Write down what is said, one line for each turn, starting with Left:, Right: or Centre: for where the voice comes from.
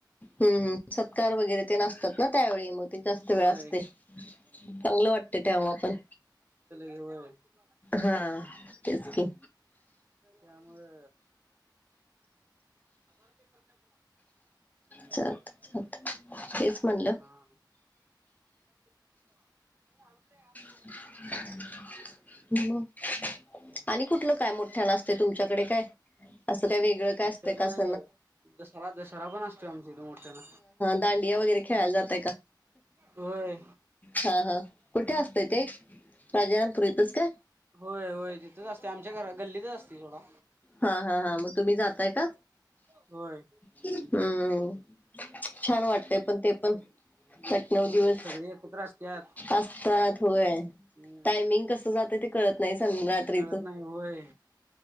Left: हम् हम् सत्कार वगैरे ते नसतात ना त्यावेळी मग जास्त वेळ
Right: होय
Left: असते चांगलं वाटते तेव्हा पण
Right: ह <inaudible>
Left: हा तेच की
Right: त्यामुळे <inaudible>
Left: चालते चालते तेच म्हणलं
Right: ह <inaudible>
Left: ह <inaudible> मग आणि कुठलं काय मोठ्या नाचते तुमच्याकडे काय असं काय वेगळं का
Right: आमच्याकडं
Left: कस
Right: दसरा दसरा पण असतोय आमच्या इथं मोठ्यानं.
Left: दांडिया वैगरे खेळाय जाता
Right: होय
Left: हा हा कुठे असता ते राजारामपुरी ईथस का
Right: होय होय तिथंच असते आमच्या घर गल्लीतच असते थोडा
Left: हा हा हा मग तुम्ही जाताय का
Right: होय
Left: हम्म छान वाटतय पण ते पण आठ नऊ
Right: होय
Left: दिवस
Right: सगळी एकत्र असत्यात
Left: असतात होय
Right: हम्म
Left: टायमिंग कस जात ते कळत नाही स रात्रीच
Right: कळत नाही होय.